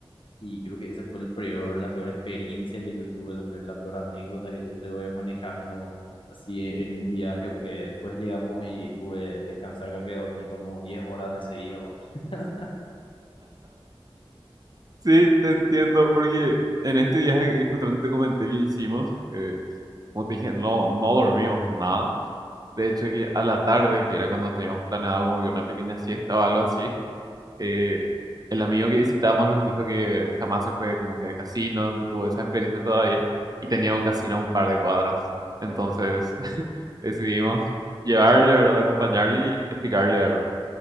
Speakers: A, on the left; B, on the right.
A: Y creo que ese fue el peor, la peor experiencia que yo tuve, la, me- la peor anécdota que yo tuve manejando así e- en un viaje, aunque después llegamos y pude descansar, creo que dormí como 10 horas de seguido. <laughs>
B: Sí, te entiendo, porque en este viaje que justamente te comenté que hicimos, eh, como te dije, no, no dormimos nada. De hecho, que a la tarde, que era cuando teníamos planeado como que una pequeña siesta o algo así, eh, el amigo que visitamos nos dijo que jamás se fue como que al casino, no tuvo esa experiencia todavía, y tenía un casino a un par de cuadras. Entonces <laughs> decidimos llevarle, ¿verdad? Acompañarle y explicarle, ¿verdad?